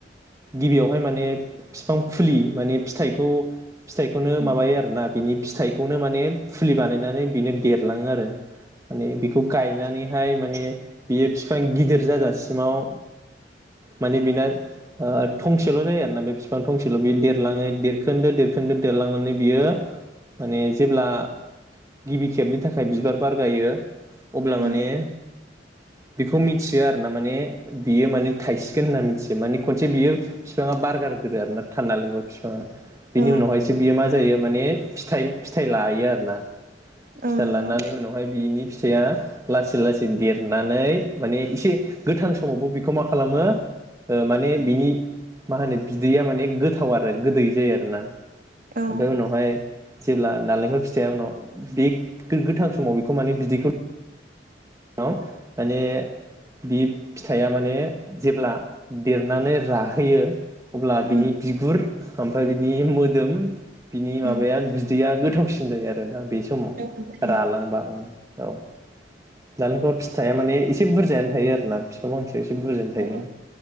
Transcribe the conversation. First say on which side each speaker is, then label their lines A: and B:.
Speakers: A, on the right; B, on the right.
A: गिबियावहाय माने फिफां फुलि माने फिथाइखौ फिथाइखौनो
B: उम
A: माबायो आरोना। बिनि फिथाइखौनो माने फुलि बानायनानै बिनो देरलाङो आरो। माने गायनानैहाय माने बियो फिफां गिदिर जाजासिमाव माने बिना थंसेल' जायो आरोना बे बिफां थंसेल बियो देरलाङै देरखोन्दो देरखोन्दो देरलांनानै बियो माने जेब्ला गिबि खेबनि थाखाय बिबार बारगायो अब्ला
B: उम
A: माने बेखौ मिथियो आरो ना माने बियो माने थाइसिगोन होनना मिथियो माने खनसे बियो बिफाङा बारगार गोरो आरो ना थानना नालेंखर बिफाङा।
B: औ
A: बिनि उनावहायसो बियो मा जायो माने फिथाग-फिथाइ लायो आरो ना। फिथाय
B: औ नंगौ
A: लानानै उनावहाय बिनि फिथाइआ लासै लासै देरनानै माने एसे गोथां समावबो बेखौ मा खालामो माने बिनि मा होनो बिदैया माने गोथाव आरो गोदै जायो आरोना।
B: औ
A: ओमफाय उनावहाय जेब्ला नारेंखल फिथाइख उनाव बे गोथां समाव बेखौ माने बिदैखौ <unintelligible> माने बि फिथाइया माने जेब्ला देरनानै राहोयो अब्ला
B: उम
A: बिनि बिगुर ओमफ्राय बिनि मोदोम बिनि
B: उम
A: माबाया बिदैया गोथावसिन जायो आरो ना। बे समाव
B: औ दे
A: रालांबा ओं औ नालेंखर फिथाइया माने एसे बुरजायानो थायो आरोना फिफां फांसे ए -एसे बुजिनो थायो
B: औ